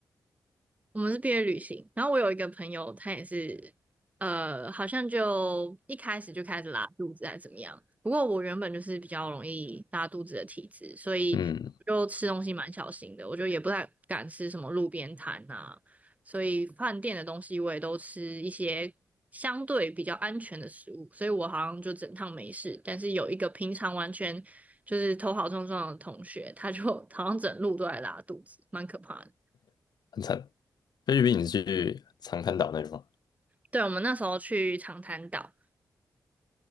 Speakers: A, on the right; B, on the left.
A: 我们是毕业旅行，然后我有一个朋友，他也是，呃，好像就一开始就开始拉肚子还是怎么样。不过我原本就是比较容易拉肚子的体质，所以就吃东西蛮小心的，
B: 嗯，
A: 我就也不太敢吃什么路边摊啊，所以饭店的东西我也都吃一些相对比较安全的食物，所以我好像就整趟没事。但是有一个平常完全就是头好壮壮的同学，他就 <laughs> 好像整路都在拉肚子，蛮可怕的。
B: 很惨。菲律宾你是去长滩岛那边吗？
A: 对，我们那时候去长滩岛，